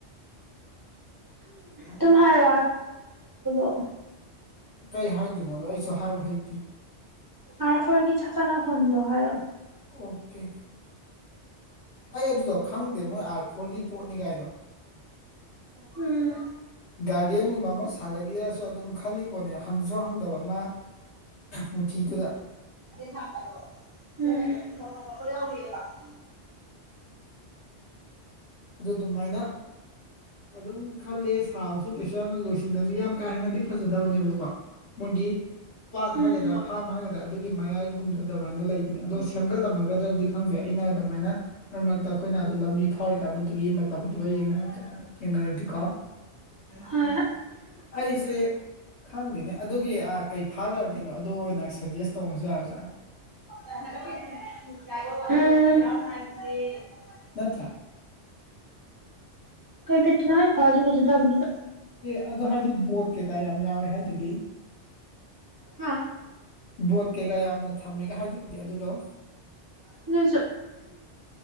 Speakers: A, on the right; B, on the left.
A: ꯇꯨꯝ ꯍꯥꯏꯔꯣ <unintelligible>
B: ꯀꯩ ꯍꯥꯏꯗꯣꯏꯅꯣꯕꯥ ꯑꯩꯁꯨ ꯍꯥꯏꯕ ꯍꯩꯇꯤꯌꯦ
A: ꯑꯔ ꯐꯣꯔꯒꯤ ꯆꯥꯕꯥ ꯂꯛꯐꯝ ꯍꯥꯏꯌꯣ
B: ꯑꯣꯀꯦ ꯑꯩ ꯑꯗꯨꯗꯣ ꯈꯪꯗꯦ ꯃꯣꯏ ꯑꯥꯔ ꯐꯣꯔꯒꯤ ꯄꯣꯠꯅꯤ ꯀꯥꯏꯗꯣ
A: ꯎꯝ
B: ꯒꯥꯔꯗꯦꯟꯒꯨꯝꯕ ꯑꯃ ꯁꯥꯒꯠꯂꯤꯔꯁꯨ ꯑꯗꯨꯝ ꯈꯜꯂꯤ ꯄꯣꯠꯅꯦ ꯍꯪꯁꯨ ꯍꯪꯗꯕ ꯑꯃ ꯃꯨꯊꯤꯗꯨꯗ
A: ꯎꯝ
B: ꯑꯗꯨ ꯑꯗꯨꯃꯥꯏꯅ ꯑꯗꯨꯝ ꯈꯂꯦ ꯁꯥꯕꯁꯨ ꯀꯩꯁꯨ ꯌꯥꯝꯅ ꯂꯣꯏꯁꯤꯟꯗꯕꯅꯤ ꯌꯥꯝ ꯀꯥ ꯍꯦꯟꯅꯗꯤ ꯐꯖꯗꯕꯅꯦꯕꯀꯣ ꯃꯣꯏꯒꯤ ꯄꯥꯠ
A: ꯎꯝ
B: ꯍꯥꯏꯒꯗ꯭ꯔꯥ ꯐꯥꯝ ꯍꯥꯏꯒꯗꯔꯥ ꯑꯗꯨꯒꯤ ꯃꯌꯥꯏꯒꯨꯝꯗ ꯑꯗꯨꯃꯥꯏꯅ ꯂꯩꯕꯅꯤ ꯑꯗꯣ ꯁꯦꯝꯒꯠꯂꯝꯃꯒꯗ꯭ꯔꯗꯤ ꯈꯪꯗꯦ ꯑꯩꯅ ꯑꯗꯨꯃꯥꯏꯅ ꯃꯔꯛ ꯃꯔꯛꯇ ꯑꯩꯈꯣꯏꯅ ꯑꯗꯨ ꯂꯝꯕꯤ ꯐꯥꯎꯔꯤꯀꯥꯟꯗꯨꯗꯒꯤ ꯃꯇꯝꯗꯨꯒ ꯌꯦꯡꯅꯔꯨꯔꯗꯤ ꯌꯦꯡꯅꯔꯗꯤꯀꯣ
A: ꯍꯣꯏ
B: ꯑꯩꯁꯦ ꯈꯪꯗꯦꯅꯦ ꯑꯗꯨꯒꯤ ꯑꯥ ꯀꯩ ꯐꯥꯈ꯭ꯔꯗꯤꯅꯣ ꯑꯗꯨ ꯑꯣꯏꯅ ꯁꯖꯦꯁ ꯇꯧꯅꯁꯨ ꯌꯥꯕꯖꯥꯠꯗꯤ
A: ꯎꯝ
B: ꯅꯠꯇꯔꯥ
A: ꯀꯩ ꯕꯤꯠꯇ ꯅꯣꯍꯦ ꯐꯖꯥꯁꯨ ꯐꯖꯥꯗꯕꯥꯗ
B: ꯑꯦ ꯑꯗꯣ ꯍꯥꯏꯗꯤ ꯕꯣꯠ ꯀꯩꯀꯥ ꯌꯥꯝ ꯌꯥꯎꯔꯦ ꯍꯥꯏꯗꯨꯗꯤ
A: ꯍꯥꯥ
B: ꯕꯣꯠ ꯀꯩꯀꯥ ꯌꯥꯝꯅ ꯊꯝꯃꯤꯒ ꯍꯥꯏꯗꯨꯗꯤ ꯑꯗꯨꯗꯣ
A: ꯑꯗꯣꯏꯑꯣꯏꯁꯨ